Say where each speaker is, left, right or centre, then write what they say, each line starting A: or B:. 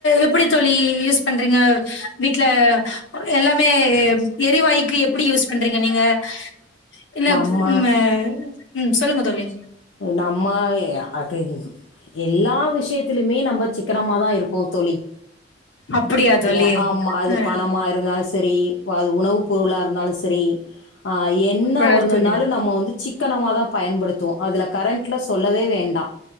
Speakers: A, on the left; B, on the left.
A: எப்டி தோழி யூஸ் பண்றீங்க வீட்ல எல்லாமே எரிவாய்கு எப்டி யூஸ் பண்றீங்க நீங்க அ என்னாச்சு
B: நம்ம
A: உம்ம ம் சொல்லுங்க தோழி
B: நம்ம ஏ ஆ கேக்குது எல்லா விஷ்யத்திலைமே நம்ப சிக்கனமா தா இருப்போ தோழி
A: அப்டியா தோழி
B: ஏ ஆமா அது
A: ஆ
B: பணமா இருந்தாலு செரி வ அது உணவுப் பொருளா இருந்தாலு செரி ஆ என்ன
A: பழ
B: ஒன்னு
A: தோழி
B: நாளு நம்ம வந்து சிக்கனமா தா பயன்படுத்துவோ இதுல கரண்ட்ல சொல்லவே வேண்டா